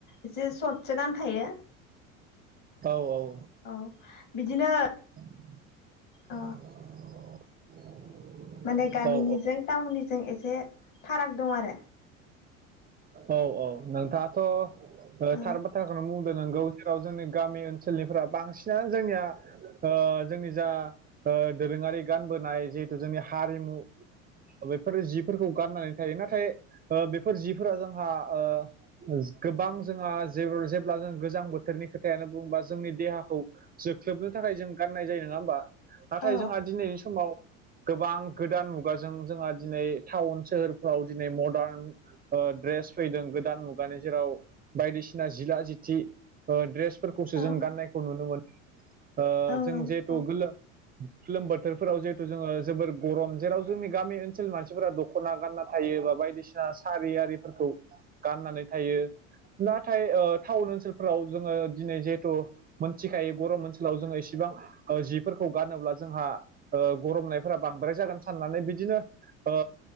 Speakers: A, on the left; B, on the right.
A: एसे सर्टसो गानखायो।
B: औ औ
A: औ बिदिनो
B: <inaudible>
A: अ माने गामिनिजों
B: औ
A: टाउननिजों एसे फाराग दं आरो।
B: औ औ नोंथाङाथ' ओ
A: ओ
B: थार बाथ्राखौनो बुं ओ नोंगौ जेराव जोंनि गामि ओनसोलनिफ्रा बांसिनानो जोंनिया ओ जोंनि जा ओ दोरोङारि गानबोनाय जिहेथु जोंनि हारिमु बेफोर जिफोरखौ गाननानै थायो। नाथाय ओ बेफोर जि फोरा जोंहा ओ ओस गोबां जोंहा जेबोर जेब्ला जों गोजां बोथोरनि खोथायानो बुंबा जोंनि देहाखौ जोख्लोबनो थाखाय जों गाननाय जायो नङा होमबा। नाथाय
A: औ
B: जोंहा दिनैनि समाव गोबां गोदान मुगाजों जोंहा दिनै टाउन सोहोरफ्राव दिनै मरडान ओ ड्रेस फैदों गोदान मुगानि जेराव बायदिसिना जिला जिथि ओ ड्रेस फोरखौसो
A: औ
B: जों गाननायखौ नुनो मोन ओ
A: औ
B: जों
A: नंगौ
B: जिहेथु
A: औ
B: गोलोम लोम बोथोरफोराव जिहेथु जोङो जोबोर गरम जेराव जोंनि गामि ओनसोलनि मानसिफोरा दख'ना गानना थायो बा बायदिसिना सारि आरिफोरखौ गाननानै थायो। नाथाय ओ टाउन ओनसोलफोराव जोङो दिनै जेथु मोनथिखायो गरम ओनसोलाव जोङो इसिबां ओ जिफोरखौ गानोब्ला जोंहा ओ गरमनायफोरा बांद्राय जागोन साननानै बिदिनो ओ